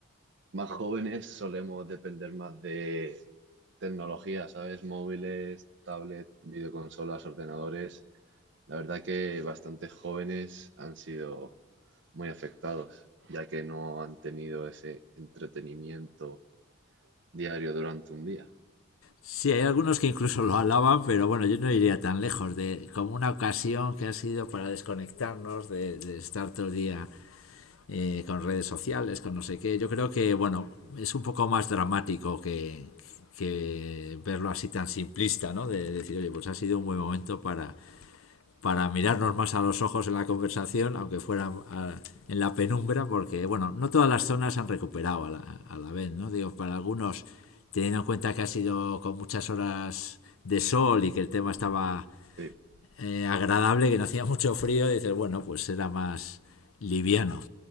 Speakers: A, on the right; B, on the left.
A: más jóvenes solemos depender más de tecnología, ¿sabes? Móviles, tablets, videoconsolas, ordenadores. La verdad que bastantes jóvenes han sido muy afectados, ya que no han tenido ese entretenimiento diario durante un día.
B: Sí, hay algunos que incluso lo alaban, pero bueno, yo no iría tan lejos de como una ocasión que ha sido para desconectarnos, de, de estar todo el día eh, con redes sociales, con no sé qué. Yo creo que, bueno, es un poco más dramático que, que verlo así tan simplista, ¿no? De, decir, oye, pues ha sido un buen momento para, para mirarnos más a los ojos en la conversación, aunque fuera a, en la penumbra, porque, bueno, no todas las zonas han recuperado a la, a la vez, ¿no? Digo, para algunos, teniendo en cuenta que ha sido con muchas horas de sol y que el tema estaba
A: Sí,
B: eh, agradable, que no hacía mucho frío, dices, bueno, pues era más liviano